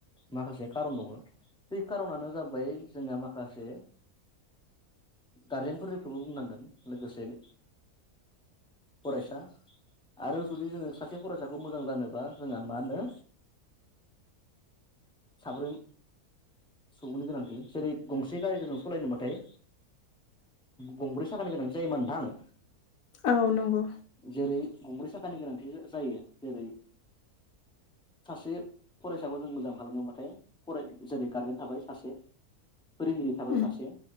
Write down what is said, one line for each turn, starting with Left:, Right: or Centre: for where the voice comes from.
Centre: माखासे खारन दङ। बै खार'नानो जाबाय जोंना माखासे गारजेनफोरखौबो बुंनांगोन लोगोसे फरायसा आरो जुदि जोङो सासे फरायसाखौ मोजां जानोबा जोंहा मा होनो साब्रै सुबुंनि गोनांथि जेरै गंसे गारिखौ जों सालायनोबाथाय गंब्रै साखानि गोनांसो जायोमोन नोंथां?
Left: औ नंगौ।
Centre: जेरै गंब्रै साखानि गोनांथि जायो जेरै सासे फरायसाखौ जों मोजां खालामनोबाथाय फराय जेरै गारजेन थाबाय सासे फोरोंगिरि थाबाय
Left: उम
Centre: सासे।